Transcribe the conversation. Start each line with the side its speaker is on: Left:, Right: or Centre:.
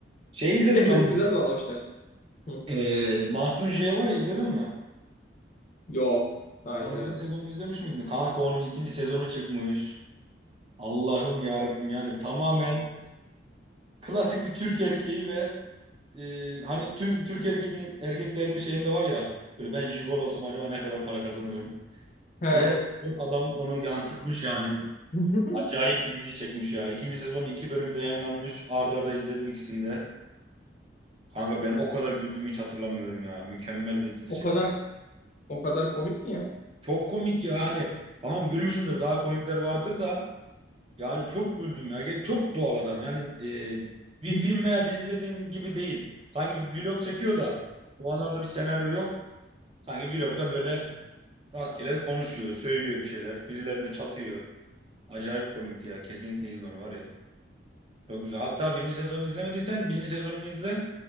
Right: Şey
Left: <laughs>
Right: izledim
Left: Ve çok
Right: ben.
Left: güzel bağlamışlar. Hı.
Right: Ee, Mahsun J var ya izledin mi?
Left: Yok. Daha
Right: Onun
Left: izlemedim.
Right: bir sezonunu izlemiş miydin? Kanka onun ikinci sezonu çıkmış. Allah'ım ya Rabbim yani tamamen klasik bir Türk erkeği ve e, hani tüm Türk erkek, erkeklerinin şeyinde var ya böyle ben jigolo olsam acaba ne kadar para kazanırım?
Left: He.
Right: Resmen adam onu yansıtmış yani.
Left: <laughs>
Right: Acayip bir dizi çekmiş ya. İkinci sezonun iki bölümü de yayınlanmış. Arda arda izledim ikisini de. Kanka ben o kadar güldüğümü hiç hatırlamıyorum ya. Mükemmel bir dizi
Left: O
Right: çekmiş.
Left: kadar o kadar komik mi ya?
Right: Çok komik ya hani tamam gülmüşümdür daha komikler vardır da Yani çok güldüm ya. Ge- Çok doğal adam. Yani e, bir
Left: <laughs>
Right: film veya dizi izlediğin gibi değil. Sanki bir vlog çekiyor da o an orada bir senaryo yok. Sanki vlogda böyle rastgele konuşuyor, söylüyor bir şeyler. Birilerine çatıyor. Acayip komikti ya. Kesinlikle izle onu var ya. Çok güzel. Hatta birinci sezonunu izlemediysen birinci sezonunu izle.